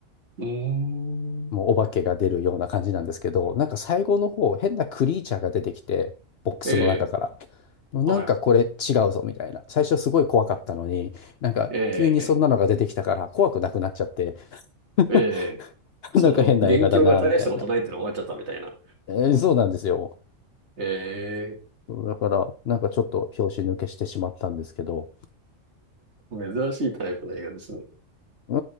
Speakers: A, on the right; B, on the left.
A: うーん。
B: もうお化けが出るような感じなんですけど、なんか最後の方、変なクリーチャーが出てきて、ボックスの中から。
A: ええ、
B: なんかこれ違うぞみたいな。
A: はい。
B: 最初すごい怖かったのに、なんか急にそんなのが出てきたから怖くなくなっちゃって、
A: ええ、
B: <laughs>
A: ええ、その、
B: なんか変な映画だな、
A: 元凶が大したことないってのが分かっちゃったみたいな。
B: みたいな。えーそうなんですよ。
A: ええ、
B: そうだから、なんかちょっと拍子抜けしてしまったんですけど。
A: 珍しいタイプの映画ですね。
B: う